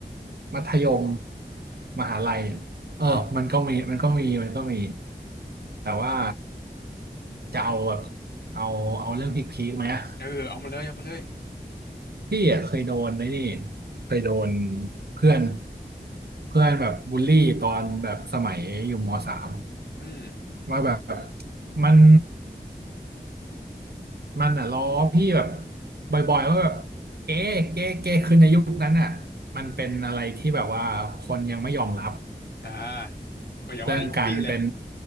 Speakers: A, on the right; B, on the left.
A: มัธยมมหาลัยเนี่ยเออมันก็มีมันก็มีมันก็มี แต่ว่าจะเอาแบบเอาเอาเรื่องพีคๆไหมอะ
B: เออเอามาเลยเอามาเลย
A: พี่อะเคยโดนไอ้นี่เคยโดนเพื่อนเพื่อนแบบบูลลี่ตอนแบบสมัยอยู่มสาม
B: อืม
A: ว่าแบบมันมันอ่ะล้อพี่แบบบ่อยๆว่าแบบเก๊เก๊เก๊คือในยุคนั้นอ่ะมันเป็นอะไรที่แบบว่าคนยังไม่ยอมรับ
B: อ่าโอ้ยอย่าว่าแต่ยกพี่เลย
A: เรื่องการเป็น